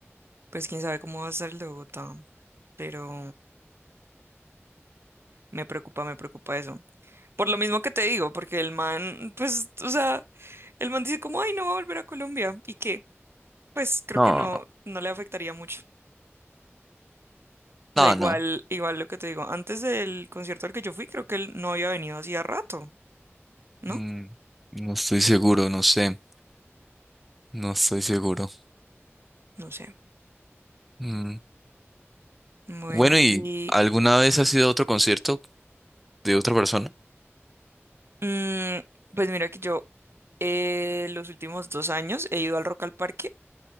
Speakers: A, on the right; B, in the centre.
A: pues quién sabe cómo va a ser el de Bogotá, pero me preocupa, me preocupa eso. Por lo mismo que te digo, porque el man, pues, o sea, el man dice como, ay, no va a volver a Colombia y que, pues creo
B: No,
A: que no, no le afectaría mucho. O
B: No,
A: sea, igual,
B: no.
A: igual lo que te digo, antes del concierto al que yo fui, creo que él no había venido hacía rato, ¿no?
B: Mm, no estoy seguro, no sé. No estoy seguro.
A: No sé.
B: Mm.
A: Bueno,
B: Bueno, ¿y
A: y
B: alguna vez has ido a otro concierto de otra persona?
A: mm, pues mira que yo eh, los últimos dos años he ido al Rock al Parque,